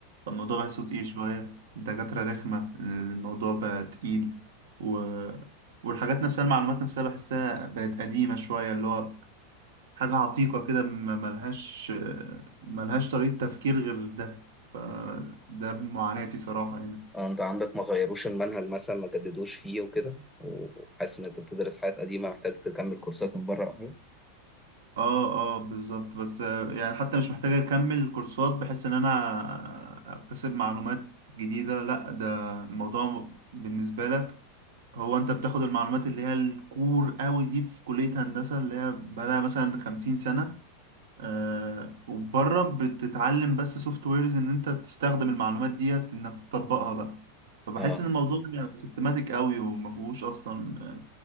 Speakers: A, on the right; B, in the centre.
A: فالموضوع بحسه تقيل شوية الدكاترة رخمة الموضوع بقى تقيل و... والحاجات نفسها المعلومات نفسها بحسها بقت قديمة شوية اللي هو حاجة عتيقة كده ما- ملهاش ملهاش طريقة تفكير غير ده فده معاناتي صراحة يعني
B: آه، انت عندك ما غيروش المنهج مثلا ما جددوش فيه وكده وحاسس ان انت بتدرس حاجات قديمه محتاج تكمل كورسات من بره او حاجه
A: اه اه بالظبط بس آه، يعني حتى مش محتاج اكمل كورسات بحيث ان انا اكتسب معلومات جديدة لا ده الموضوع بالنسبة لك هو انت بتاخد المعلومات اللي هي الكور قوي دي في كلية هندسة اللي هي بقالها مثلا خمسين سنة آه وبره بتتعلم بس سوفت ويرز ان انت تستخدم المعلومات ديت انك تطبقها بقى فبحس
B: اه
A: ان الموضوع سيستماتيك قوي وما فيهوش اصلا آه،